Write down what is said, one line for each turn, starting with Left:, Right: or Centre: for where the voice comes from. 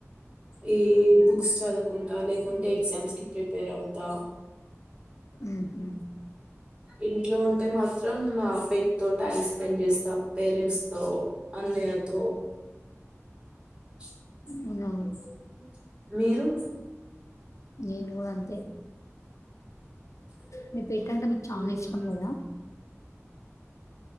Right: ఈ బుక్స్ చదువుకుంటా లేకుంటే ఎగ్జామ్స్ కి ప్రిపేర్ అవుతా
Left: ఊహు
Right: ఇంట్లో ఉంటే మాత్రం మా పెట్ తో టైమ్ స్పెండ్ చేస్తా పేరెంట్స్ తో అన్నయ్యతో <unintelligible>
Left: అవునా!
Right: మీరు
Left: నేను గూడంతే మీ పేట్ అంటే మీకు చాన
Right: హ్మ్
Left: ఇష్టం కదా